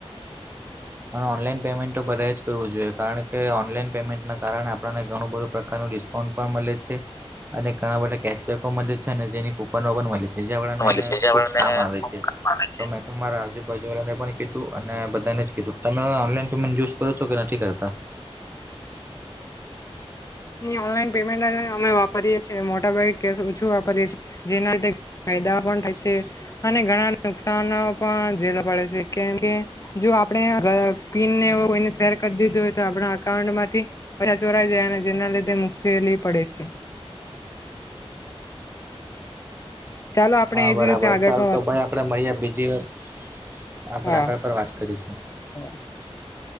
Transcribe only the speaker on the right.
અને ઓનલાઈન પેમેન્ટ તો બધાએ જ કરવું જોઈએ કારણ કે ઓનલાઈન પેમેન્ટના કારણે આપણને ઘણું બધું પ્રકારનું ડિસ્કાઉન્ટ પણ મલે છે. અને ઘણા બધા કેશબેકો મલે છે અને જેની કુપન પણ મલે છે. જે આપણાને
ખૂબ
કામ આવે
છે
તો
મેં તો મારા જુ બાજુવાળાને પણ કીધું અને બધાને જ કીધું તમે ઓનલાઈન પેમેન્ટ યુઝ કરો છો તો કે નથી કરતા.
હા
બરાબર
સારું
તો
ભાઈ
આપણે મળીએ બીજી વાર આપણે
આગળ પર વાત કરીશું.